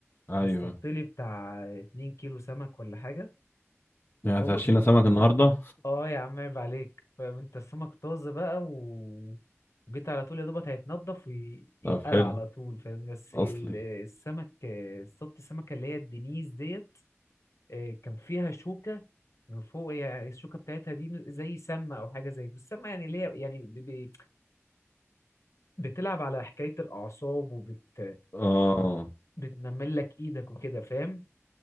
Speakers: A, on the left; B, on the left.
A: ايوه
B: فاصطدت لي بتاع 2 كيلو سمك ولا حاجه
A: يعني
B: او
A: هتعشينا
B: بص
A: سمك النهارده
B: اه يا عم عيب عليك فانت السمك طازه بقى و... وجيت على طول يا دوبك هيتنضف ويتقلى
A: طب حلو
B: على طول فاهم بس
A: اصلي
B: ال- السمك اصطدت السمكه اللي هي الدنيس ديت آه، كان فيها شوكه من فوق يعني الشوكه بتاعتها دي زي سمه او حاجه زي بس سمه يعني اللي هي يعني ب... ب- بتلعب على حكايه الاعصاب وبت
A: اه
B: بتنمل لك ايدك وكده فاهم